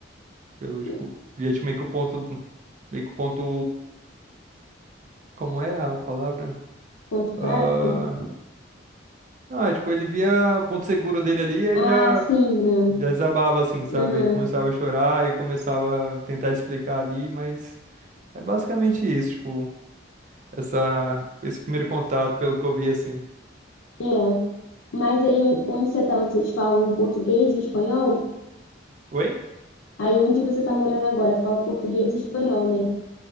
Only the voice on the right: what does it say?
Pelo, tipo,
via tipo, meio que o ponto, meio que o ponto, como é a palavra?
Ah,
Ah, tipo, ele via o ponto seguro dele ali e aí
já,
já desabava, assim, sabe?
E começava a chorar e começava a tentar explicar ali, mas é basicamente isso, tipo, essa, esse primeiro contato, pelo que eu vi, assim.
Oi?